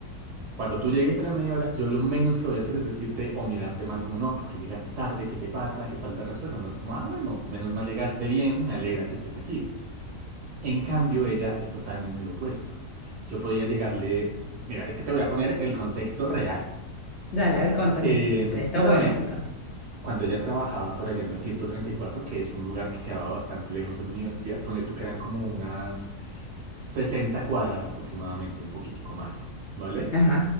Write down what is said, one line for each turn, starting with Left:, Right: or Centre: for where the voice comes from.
Right: Cuando tú llegues a la media hora, yo lo menos que voy a hacer es decirte o mirarte mal como no, porque llegaste tarde, ¿qué te pasa? ¿Qué falta de respeto? No es como, ah, bueno, menos mal llegaste bien, me alegra que estés aquí. En cambio, ella es totalmente lo opuesto. Yo podía llegarle, mira, es que te voy a poner el contexto real.
Left: Dale, a ver, contame
Right: Eh,
Left: que está
Right: una
Left: bueno
Right: vez,
Left: eso también.
Right: cuando ella trabajaba por allá en la 134, que es un lugar que quedaba bastante lejos de mi universidad, ponle tú que eran como unas 60 cuadras aproximadamente, un poquitico más, ¿vale?
Left: Ajá.